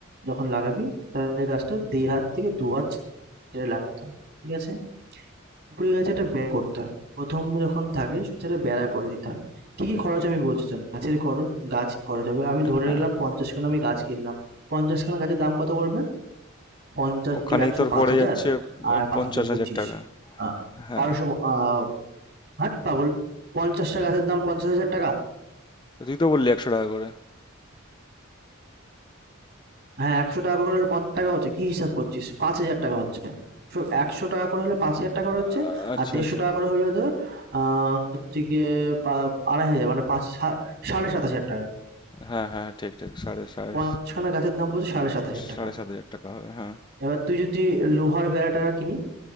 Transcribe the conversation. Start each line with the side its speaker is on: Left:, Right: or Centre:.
Right: যখন লাগাবি তার গাছটা দেড় হাত থেকে দু হাত ছেড়ে লাগাতে হয় ঠিক আছে সুপুরি গাছে একটা ব্যয় করতে হয় প্রথম যখন থাকে সেটা বেড়া করে দিতে হয় কি কি খরচ আমি বলছি শোন গাছের খরচ গাছ খরচ হবে আমি ধরে
Left: হ্যাঁ
Right: নিলাম পঞ্চাশ খানা আমি গাছ কিনলাম পঞ্চাশ খানা গাছের দাম কত পড়বে পঞ্চাশ
Left: ওখানেই
Right: টু একশো
Left: তোর
Right: পাঁচ
Left: পড়ে
Right: হাজার
Left: যাচ্ছে উম,
Right: আর পাঁচ
Left: পঞ্চাশ
Right: হাজার পঁচিশ
Left: হাজার টাকা
Right: আহ,
Left: হ্যাঁ
Right: বারোশো আহ, হাট পাগল পঞ্চাশটা গাছের দাম পঞ্চাশ হাজার টাকা
Left: তুই তো বললি একশো টাকা করে
Right: হ্যাঁ একশো টাকা করে হলে পঞ্চাশ টাকা হচ্ছে কি হিসাব করছিস পাঁচ হাজার টাকা হচ্ছে একশো টাকা করে হলে পাঁচ হাজার টাকা করে
Left: আ-
Right: হচ্ছে
Left: আচ্ছা
Right: আর দেড়শো
Left: আচ্ছা
Right: টাকা করে হলে তোর আহ, হচ্ছে গিয়ে পা- আড়াই হাজার মানে পাঁচ সা- সাড়ে সাত হাজার টাকা
Left: হ্যাঁ হ্যাঁ ঠিক ঠিক সাড়ে সাড়ে
Right: পঞ্চাশখানা গাছের দাম পড়ছে সাড়ে সাত হাজার টাকা
Left: সাড়ে সাত হাজার টাকা হবে হ্যাঁ
Right: এবার তুই যদি লোহার বেড়াটা কিনি